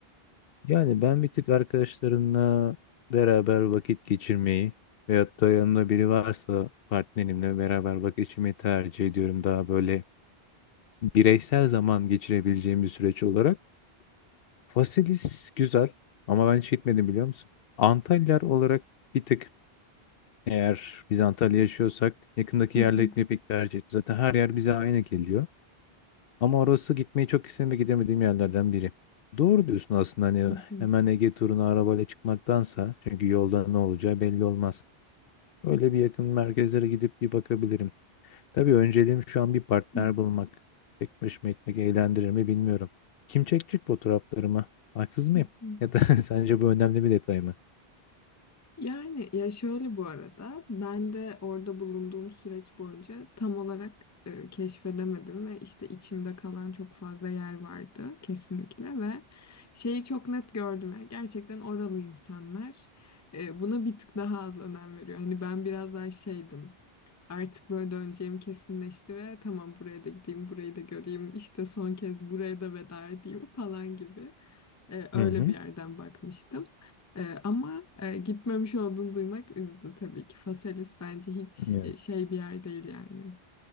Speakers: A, on the left; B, on the left.
A: Yani ben bir tık arkadaşlarımla beraber vakit geçirmeyi veyahut da yanımda biri varsa partnerimle beraber vakit geçirmeyi tercih ediyorum. Daha böyle bireysel zaman geçirebileceğim bir süreç olarak. Fasilis güzel ama ben hiç gitmedim biliyor musun? Antalyalar olarak bir tık eğer biz Antalya yaşıyorsak yakındaki
B: Hı
A: yerlere
B: hı,
A: gitmeyi pek tercih etmiyorum Zaten her yer bize aynı geliyor. Ama orası gitmeyi çok istedim ve gidemediğim yerlerden biri. Doğru diyorsun aslında hani
B: hı hı,
A: hemen Ege turuna arabayla çıkmaktansa çünkü yolda ne olacağı belli olmaz. Öyle bir yakın merkezlere gidip bir bakabilirim. Tabii önceliğim şu an bir partner
B: hı
A: bulmak. Tek başıma gitmek eğlendirir mi bilmiyorum. Kim çekecek fotoğraflarımı? Haksız mıyım?
B: hı, hı hı.
A: Ya da <laughs> sence bu önemli bir detay mı?
B: Yani ya şöyle bu arada ben de orada bulunduğum süreç boyunca tam olarak e, keşfedemedim ve işte içimde kalan çok fazla yer vardı kesinlikle ve şeyi çok net gördüm yani gerçekten oralı insanlar e, buna bir tık daha az önem veriyor. Hani ben biraz daha şeydim artık böyle döneceğim kesinleşti ve tamam buraya da gideyim burayı da göreyim işte son kez buraya da veda edeyim falan gibi. E, öyle
A: Hı hı.
B: bir yerden bakmıştım. E, ama e, gitmemiş olduğunu duymak üzdü tabii ki. Faselis bence hiç
A: Ne yazık.
B: e, şey bir yer değil yani.